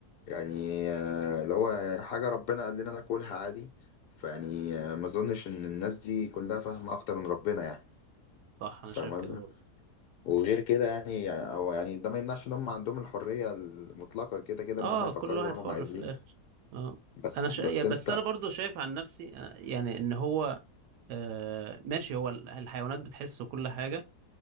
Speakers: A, on the left; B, on the right.
A: يعني آه، اللي هو يعني حاجه ربنا قال لنا ناكلها عادي فيعني آه، ما اظنش ان الناس دي كلها فاهمه اكتر من ربنا يعني
B: صح انا
A: فاهم
B: شايف كده
A: قصدي؟
B: برضو
A: وغير كده يعني او يعني ده ما يمنعش ان هم عندهم الحريه المطلقه كده كده
B: اه
A: ان هم يفكروا
B: كل واحد
A: زي ما
B: حر
A: هم عايزين
B: في الاخر اه
A: بس
B: انا شا...
A: بس
B: بس
A: انت
B: انا برضو شايف عن نفسي آه، يعني ان هو آه ماشي هو ال- الحيوانات بتحس وكل حاجه